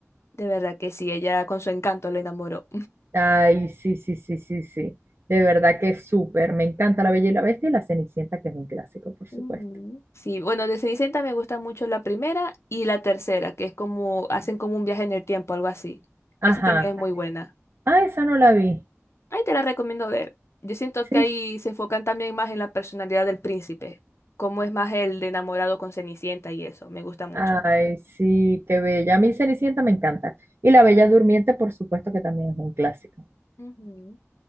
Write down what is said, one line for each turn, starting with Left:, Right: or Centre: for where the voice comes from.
Left: De verdad que sí, ella con su encanto lo enamoró.
Right: Ay, sí, sí, sí, sí, sí. De verdad que es súper. Me encanta la bella y la bestia y la Cenicienta, que es un clásico, por supuesto.
Left: Ujú. Sí, bueno, de Cenicienta me gusta mucho la primera y la tercera, que es como hacen como un viaje en el tiempo, algo así.
Right: Ajá.
Left: Esa también es muy buena.
Right: Ah, esa no la vi.
Left: Ahí te la recomiendo ver. Yo siento que
Right: Sí.
Left: ahí se enfocan también más en la personalidad del príncipe, cómo es más el de enamorado con Cenicienta y eso, me gusta mucho.
Right: Ay, sí, qué bella. A mí Cenicienta me encanta. Y la Bella Durmiente, por supuesto que también es un clásico.
Left: Ujú.